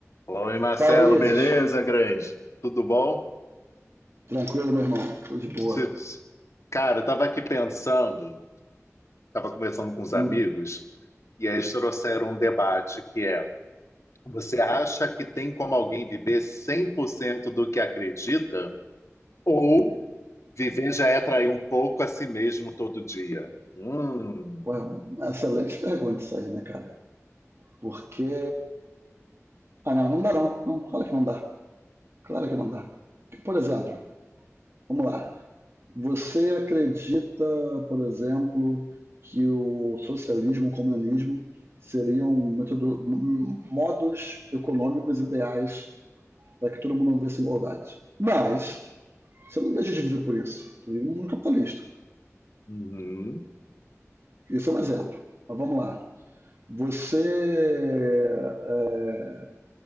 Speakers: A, on the left (about 65°); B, on the right (about 55°).
A: Oi, Marcelo,
B: Fala, Vinícius.
A: beleza, grande? Tudo bom?
B: Tranquilo, meu irmão? Tô de boa.
A: Se- Cara, eu tava aqui pensando, tava conversando com os amigos,
B: Hum,
A: e aí eles trouxeram um debate que é: você acha que tem como alguém viver 100% do que acredita? Ou viver já é trair um pouco a si mesmo todo dia? Hum,
B: pô, é uma excelente pergunta isso aí, né, cara? Porque. Ah, não, não dá não. Não, claro que não dá. Claro que não dá. Por exemplo, vamos lá. Você acredita, por exemplo, que o socialismo, o comunismo seriam metodo- m- modos econômicos ideais para que todo mundo vivesse em igualdade. Mas você não deixa de viver por isso. Tu vive um mundo capitalista.
A: uhum.
B: Isso é um exemplo. Mas vamos lá. Você é,